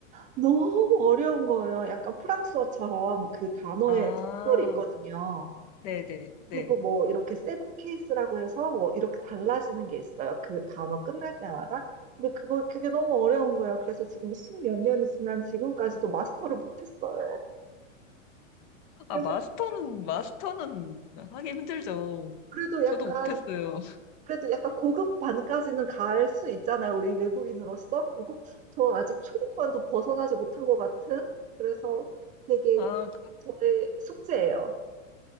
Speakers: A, on the right; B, on the left.
A: 너무 어려운 거예요. 약간 프랑스어처럼 그 단어에
B: 아,
A: 속별이 있거든요.
B: 네네. 네. 네.
A: 그리고 뭐 이렇게 세븐 케이스라고 해서 뭐 이렇게 달라지는 게 있어요. 그 단어 끝날 때마다. 근데 그거 그게 너무 어려운 거예요. 그래서 지금 십몇 년이 지난 지금까지도 마스터를 못했어요.
B: 아,
A: 그래서
B: 마스터는, 마스터는 하기 힘들죠.
A: 그래도
B: 저도
A: 약간
B: 못했어요.
A: 그래도 약간 고급 반까지는 갈 수 있잖아요. 우리 외국인으로서 그리고 저 아직 초급반도 벗어나지 못한 것 같은. 그래서 되게
B: 아, 그,
A: 저의 숙제예요.